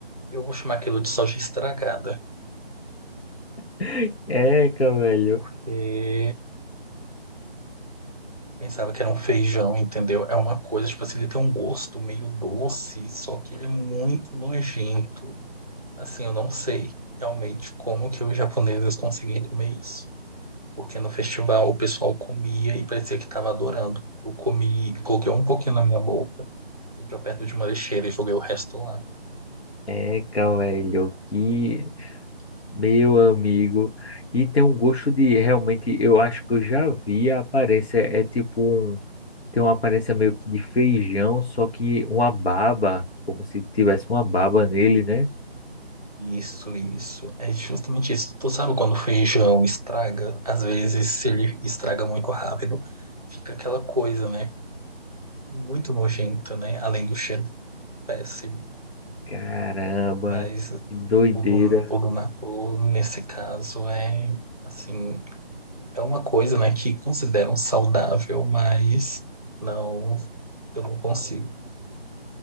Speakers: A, on the right; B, on the left.
A: Eu vou chamar aquilo de soja estragada,
B: <laughs> É, cara,
A: porque eu pensava que era um feijão, entendeu? É uma coisa, tipo assim, ele tem um gosto meio doce, só que ele é muito nojento. Assim, eu não sei realmente como que os japoneses conseguiam comer isso. Porque no festival o pessoal comia e parecia que estava adorando. Eu comi, coloquei um pouquinho na minha boca, fui pra perto de uma lixeira e joguei o resto lá.
B: Eca, velho, que meu amigo. E tem um gosto de realmente, eu acho que eu já vi a aparência, é tipo um, tem uma aparência meio que de feijão, só que uma baba, como se tivesse uma baba nele, né?
A: Isso, isso. É justamente isso. Tu sabe quando o feijão estraga? Às vezes, se ele estraga muito rápido, fica aquela coisa, né? Muito nojenta, né? Além do cheiro péssimo.
B: Caramba,
A: Mas
B: que doideira.
A: o do, o do natô, nesse caso, é assim, é uma coisa, né, que consideram saudável, mas não, eu não consigo.